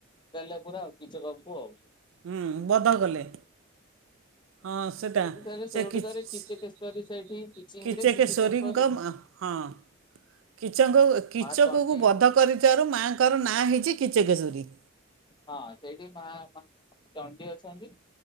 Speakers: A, on the left; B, on the right.
A: ଦେଲେ ପୁରା ଆଉ କିଚକକୁ ଆଉ।
B: ହୁଁ ବଧ କଲେ। ହଁ
A: ସେଇଠି
B: ସେଟା
A: ତାରେ ସେଇଠୁ
B: ସେ କିଚ
A: ତାରେ
B: ସ୍
A: କିଚକେଶ୍ଵରୀ ସେଇଠି କିଚିଙ୍ଗରେ
B: କିଚେକେଶ୍ୱରୀ
A: କିଚକେଶ୍ଵରୀ
B: ଙ୍କ ଆଁ ହଁ। କିଚକଙ୍କୁ
A: ମା
B: କିଚକକୁ
A: ଚଣ୍ଡୀ
B: ବଧ କରିଥିବାରୁ ମାଆଙ୍କର ନାଁ ହେଇଛି କିଚକେଶ୍ୱରୀ।
A: ହଁ ସେଇଠି ମା ମା ଚଣ୍ଡୀ ଅଛନ୍ତି।